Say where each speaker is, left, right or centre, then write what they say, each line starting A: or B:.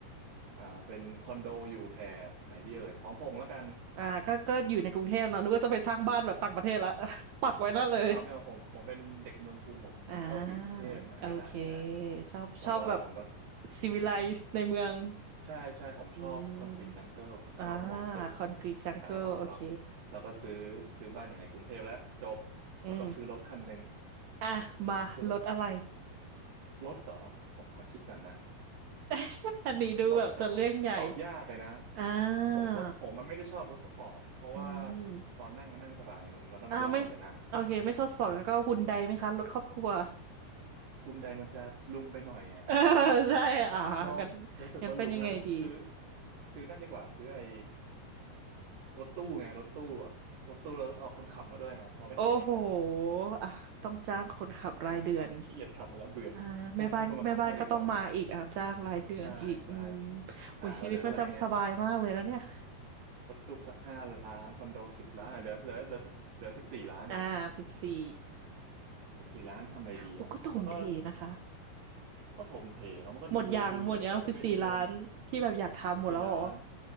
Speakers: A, on the right; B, on the right.
A: อ่าเป็นคอนโดอยู่แถบไหนดีเอ่ยพร้อมพงษ์แล้วกัน
B: อ่าก็ก็อยู่ในกรุงเทพเนาะนึกว่าจะไปสร้างบ้านแบบต่างประเทศละ <laughs> ปักไว้นั่นเลย
A: ไม่เอาไม่เอาผมผมเป็นเด็กเมืองกรุงผมผมชอบอยู่กรุงเทพอ่ะไม่ได้ไม่ได้
B: อ่าโอเคชอบชอบแบบ
A: แล้วก็ผมก็
B: ซีวิไลซ์ในเมือง
A: ใช่ใช่ผมชอบคอนกรีตจังเกิลผมชอบมองตึก
B: อืมอ่าคอนกรีตจังเกิลโอเค
A: อ่าเราเราเราก็ซื้อซื้อบ้านอยู่ในกรุงเทพแล้วจบ
B: อืม
A: แล้วก็ซื้อรถคันหนึ่ง
B: อ่ะมารถอะไร
A: ซื้อรถรถเหรอผมขอคิดก่อนนะ
B: <laughs> อันนี้ดูแบบจะเรื่องใหญ่
A: รถเหรอตอบยากเลยนะ
B: อ่า
A: ผมเพราะผมมันไม่ได้ชอบรถสปอร์ตเพราะว่า
B: อืม
A: ตอนนั่งมันนั่งไม่สบายไงมันมันต้องย่อลงไปนั่ง
B: อ่าไม่โอเคไม่ชอบสปอร์ตแล้วก็ฮุนไดไหมคะรถครอบครัว
A: คุณใดมันจะลุงไปหน่อยอ่ะ
B: <laughs> เออใช่อ่างั้น
A: เนาะรู้สึกว่าลุงงั้นซื้อ
B: งั้นเป็นยังไงดี
A: ซื้อนั่นดีกว่าซื้อไอ้รถตู้ไงรถตู้อ่ะรถตู้เราเอาคนขับมาด้วยมาเราไม่ขับเองแล้ว
B: โอ้โหอ่ะต้องจ้างคนขับรายเดือน
A: ขี้เกียจขับแล้วเบื่อให้ให้คนมาขับให้ดีกว่า
B: อ่าแม่บ้านแม่บ้านก็ต้องมาอีกอ่ะจ้างรายเดือนอีกอืม
A: ใช่ใช่
B: โอ้ยชีวิตมันจะสบายมากเลยนะเนี่ย
A: อ่าเราเหลือเท่าไหร่เนี่ยรถตู้สักห้าล้านคอนโดสิบล้านอ่ะเหลือเหลือเหลือสิบเหลือสิบสี่ล้านเอง
B: อ่าสิบสี่
A: สิบสี่ล้านไปทำอะไรดีอ่ะมันก็
B: โอ้ก็ถมเทนะคะ
A: ก็ถมเทเนาะมันก็ดูดูเยอะแต่ก็ไม่ได้เยอะนะ
B: หมดยังหมดยังสิบสี่ล้านที่แบบอยากทำหมดแล้วเหรอ
A: สี่ล้าน